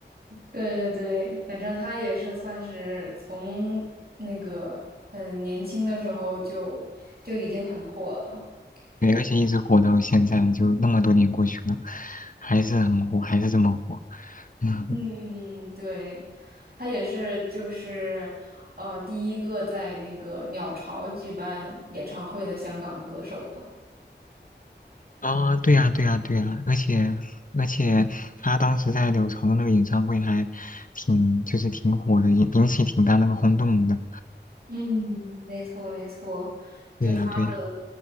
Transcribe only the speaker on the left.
对，而且一直火到现在，就那么多年过去了，还是很火，还是这么火。嗯
啊，对呀，对呀，对呀。而且而且，他当时在柳潮的那个演唱会还挺，就是挺火的，引引起挺大那个轰动的。
对呀，对呀。